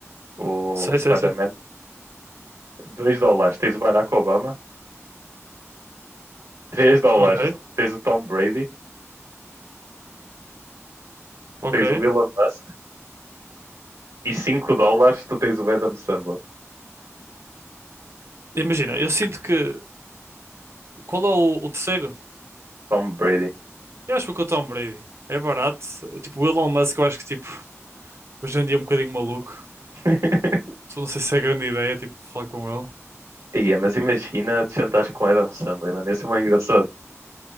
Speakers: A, on the right (about 80°); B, on the right (about 60°).
A: O
B: Sei,
A: Spider-Man.
B: sei, sei.
A: Dois dólares, tens o Barack Obama. Três dólares,
B: Ok,
A: tens o Tom Brady.
B: ok.
A: Tens o Elon Musk. E 5 dólares tu tens o Adam Sandler.
B: Imagina, eu sinto que. Qual é o, o terceiro?
A: Tom Brady.
B: Eu acho que vou com o Tom Brady. É barato. Tipo, o Elon Musk, eu acho que tipo. Hoje em dia é um bocadinho maluco.
A: <laughs>
B: Então, Não sei se é grande ideia, tipo, falar com ele.
A: Ia, mas imagina te sentares com o Adam Sandler, mano. Esse é muito engraçado.